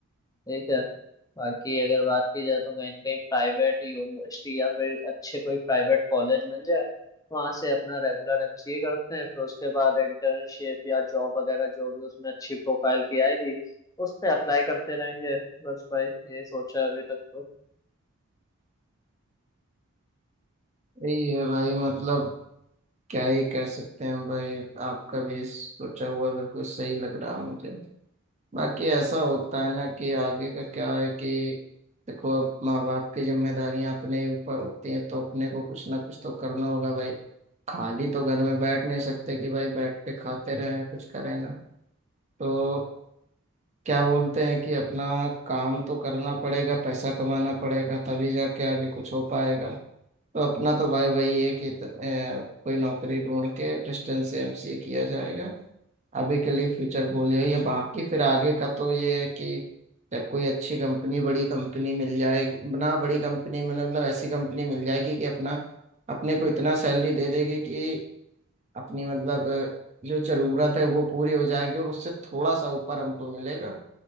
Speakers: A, on the left; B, on the right.
A: ठीक है बाकी अगर बात की जाए तो कहीं ना कहीं प्राइवेट यूनिवर्सिटी या फिर अच्छे कोई प्राइवेट कॉलेज मिल जाए वहाँ से अपना रेगुलर एमसीए करते हैं फिर उसके बाद इंटर्नशिप या जॉब वगैरह जो भी उसमें अच्छी प्रोफाइल की आएगी उस पर अप्लाई करते रहेंगे बस भाई ये सोचा है अभी तक तो
B: यही है भाई मतलब क्या ही कह सकते हैं भाई आपका भी सोचा हुआ बिल्कुल सही लग रहा है मुझे बाकी ऐसा होता है ना कि आगे का क्या है कि देखो अब माँ बाप की जिम्मेदारियां अपने ही ऊपर होती हैं तो अपने को कुछ ना कुछ तो करना होगा भाई खाली तो घर में बैठ नहीं सकते कि भाई बैठ के खाते रहें कुछ करें ना तो क्या बोलते हैं कि अपना काम तो करना पड़ेगा पैसा कमाना पड़ेगा तभी जाके आगे कुछ हो पाएगा तो अपना तो भाई वही है कि इतन- अ, कोई नौकरी ढूंढ के डिस्टेंस से एमसीए किया जाएगा अभी के लिए फ्यूचर गोल यही है बाकी फिर आगे का तो ये है कि जब कोई अच्छी कंपनी बड़ी कंपनी मिल जाएगी ना बड़ी कंपनी मिले मतलब ऐसी कंपनी मिल जाएगी कि अपना अपने को इतना सैलरी दे देगी कि अपनी मतलब जो जरूरत है वो पूरी हो जाएगी और उससे थोड़ा सा ऊपर हमको मिलेगा